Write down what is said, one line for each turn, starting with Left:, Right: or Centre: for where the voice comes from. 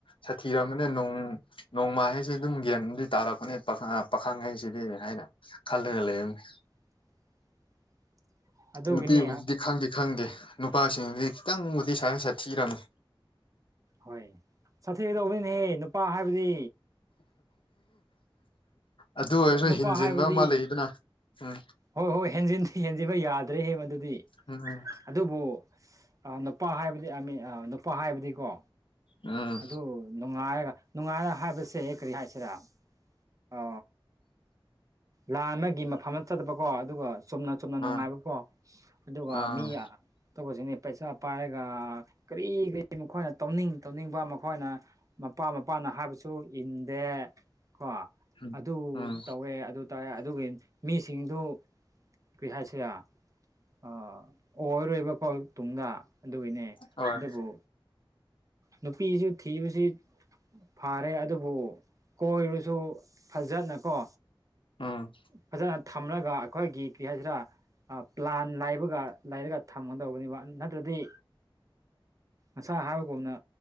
Left: ꯁꯥꯊꯤꯔꯝꯕꯅꯦ ꯅꯣꯡ ꯅꯣꯡꯃꯥ ꯍꯩꯁꯤꯦ ꯑꯗꯨꯝ ꯒ꯭ꯌꯥꯟꯗꯤ ꯇꯥꯔꯛꯄꯅꯦꯥ ꯄꯥꯈꯪꯍꯩꯁꯤꯗꯤ ꯍꯥꯏꯅ ꯈꯜꯂꯒ ꯂꯩꯔꯝꯃꯦ
Right: <unintelligible> ꯑꯗꯨꯒꯤꯅꯤ
Left: ꯅꯨꯄꯤꯕꯨꯗꯨꯗꯤ ꯈꯪꯗꯦ ꯈꯪꯗꯦ ꯅꯨꯄꯥꯁꯤꯡꯗꯤ ꯈꯤꯇꯪꯕꯨꯗꯤ ꯁꯥꯊꯤꯔꯝꯃꯤ
Right: ꯍꯣꯏ ꯁꯥꯊꯤꯗꯧꯕꯅꯤꯅꯍꯦ ꯅꯨꯄꯥ ꯍꯥꯏꯕꯗꯤ
Left: ꯑꯗꯨ ꯑꯣꯏꯔꯁꯨ
Right: ꯅꯨꯄꯥ
Left: ꯍꯤꯟꯖꯤꯟꯕ
Right: ꯍꯥꯏꯕꯗꯤ
Left: ꯑꯃ ꯂꯩꯗꯅ ꯎꯝ
Right: ꯍꯣꯏ ꯍꯣꯏ ꯍꯦꯟꯖꯤꯟ ꯍꯦꯟꯖꯤꯟꯕ ꯌꯥꯗ꯭ꯔꯦꯍꯦ ꯃꯗꯨꯗꯤ
Left: ꯎꯝ
Right: ꯑꯗꯨꯕꯨ ꯑ ꯅꯨꯄꯥ ꯍꯥꯏꯕꯗꯤ ꯅꯨꯄꯥ ꯍꯥꯏꯕꯗꯤꯀꯣ
Left: ꯎꯝ
Right: ꯑꯗ ꯅ ꯍꯥꯏꯒ ꯅꯨꯡꯉꯥꯏꯅ ꯍꯥꯏꯕꯁꯦ ꯀꯔꯤ ꯍꯥꯏꯁꯤꯔꯥ ꯑ ꯂꯥꯟ ꯑꯃꯒꯤ ꯃꯐꯝꯗ ꯆꯠꯇꯕꯀꯣ ꯑꯗꯨꯒ ꯆꯨꯝꯅ ꯆꯨꯝꯅ
Left: ꯎꯝ
Right: ꯅꯨꯡꯉꯥꯏꯕꯀꯣ ꯑꯗꯨꯒ
Left: ꯑꯥ
Right: ꯃꯤ ꯇꯧꯕꯁꯤꯅꯤ ꯄꯩꯁꯥ ꯄꯥꯏꯔꯒ ꯀꯔꯤ ꯀꯔꯤ ꯃꯈꯣꯏꯅ ꯇꯧꯅꯤꯡ ꯇꯧꯅꯤꯡꯕ ꯃꯈꯣꯏꯅ ꯃꯄꯥ ꯃꯄꯥ ꯍꯥꯏꯕꯁꯨ ꯏꯟꯗꯦ ꯀꯣ
Left: ꯎꯝ
Right: ꯑꯗꯨ
Left: ꯎꯝ
Right: ꯇꯧꯋꯦ ꯑꯗꯨ ꯇꯔꯦ ꯑꯗꯨꯒꯤ ꯃꯤꯁꯤꯡꯗꯨ ꯀꯔꯤ ꯍꯥꯏꯁꯦ ꯑ ꯑꯣꯏꯔꯣꯏꯕꯀꯣ ꯇꯨꯡꯗ ꯑꯗꯨꯒꯤꯅꯦ
Left: ꯍꯣꯏ
Right: ꯑꯗꯨꯕꯨ ꯅꯨꯄꯤꯁꯨ ꯊꯤꯕꯁꯤ ꯐꯥꯔꯦ ꯑꯗꯨꯕꯨ ꯀꯣꯏꯔꯨꯁꯨ ꯐꯖꯠꯅꯀꯣ
Left: ꯎꯝ
Right: ꯐꯖꯅ ꯊꯝꯂꯒ ꯑꯩꯈꯣꯏꯒꯤ ꯀꯔꯤ ꯍꯥꯏꯁꯤꯔ ꯄ꯭ꯂꯥꯟ ꯂꯕꯒ ꯂꯩꯔꯒ ꯊꯝꯒꯗꯧꯕꯅꯦꯕ ꯅꯠꯇ꯭ꯔꯗꯤ ꯑꯁ ꯍꯥꯏꯥꯎ ꯨꯝꯅ